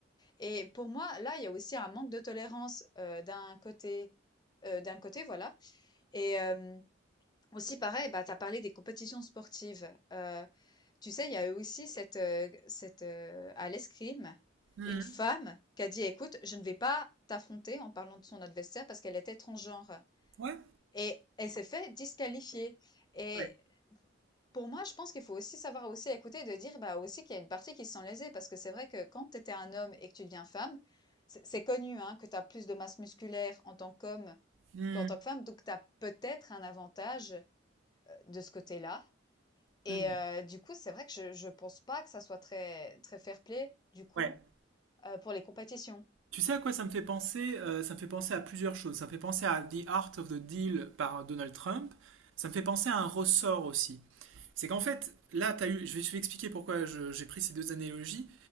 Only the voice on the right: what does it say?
Mhm.
Ouais.
Ouais.
Mhm.
Mhm.
Ouais.
Tu sais à quoi ça me fait penser? Euh, ça me fait penser à plusieurs choses. Ça me fait penser à The Art of the Deal par Donald Trump. Ça me fait penser à un ressort aussi. C'est qu'en fait, là, as eu, je vais te expliquer pourquoi j'ai pris ces deux analogies.